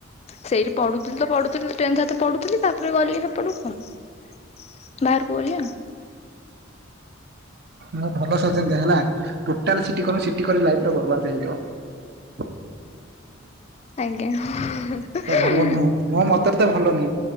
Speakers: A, on the left; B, on the right.
A: ସେଇଠି ପଢୁଥିଲି ତ ପଢୁଥିଲି ଟେନ୍ ହାତ ପଢୁଥିଲି ତାପରେ ଗଲି ହେପଟକୁ କଣ ବାହାର କୁ ଗଲି ଆଉ
B: ମୁଁ ଭଲସେ <inaudible> ଟୋଟାଲ ସିଟି <inaudible> ସିଟି କଲେ ଲାଇଫ ଟା ବରବାଦ ହେଇଯିବ।
A: <inaudible> ଆଜ୍ଞା <inaudible>
B: ଏଟା ଭଲ ନୁହଁ ମୋ ମତରେ ତ ଭଲନୁ